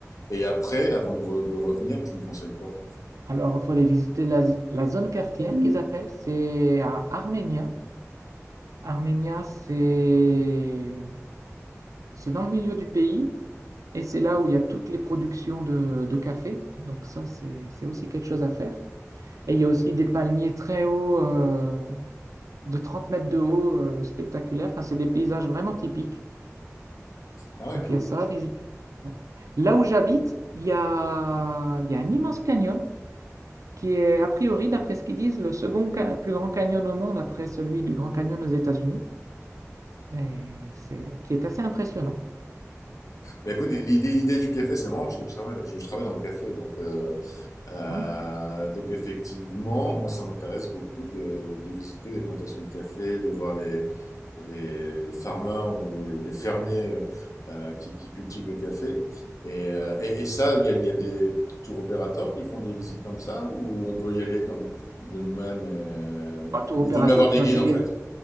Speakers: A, on the left; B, on the right.
A: Et après, avant de, re- de revenir, tu me conseilles quoi?
B: Alors, il faut aller visiter la, la zone cafetière qu'ils appellent, c'est à Arménia. Arménia, c'est c'est dans le milieu du pays et c'est là où il y a toutes les productions de, de café. Donc ça, c'est c'est aussi quelque chose à faire. Et il y a aussi des palmiers très hauts, euh, de 30 mètres de haut, euh, spectaculaires. Enfin, c'est des paysages vraiment typiques.
A: Ah ouais,
B: Donc
A: cool.
B: il y a ça à visiter. Ouais. Là où j'habite, il y a, il y a un immense canyon qui est a priori, d'après ce qu'ils disent, le second ca- plus grand canyon au monde après celui du Grand Canyon aux États-Unis, et c'est, qui est assez impressionnant.
A: Bah écoute, l'idée l'idée du café, c'est marrant parce que tu travailles- je, je travaille dans le café. Donc, euh, Euh,
B: Hmm.
A: donc effectivement, moi ça m'intéresse beaucoup de, de visiter des plantations de café, de voir les, les, les farmers ou les, les fermiers euh, qui, qui cultivent le café. Et, euh, et, et ça, il y a, il y a des tour opérateurs qui font des visites comme ça, ou on peut y aller comme de nous-mêmes et euh,
B: Bah, tour opérateur,
A: il vaut mieux avoir
B: tu
A: des
B: vas
A: guides
B: payer,
A: en fait.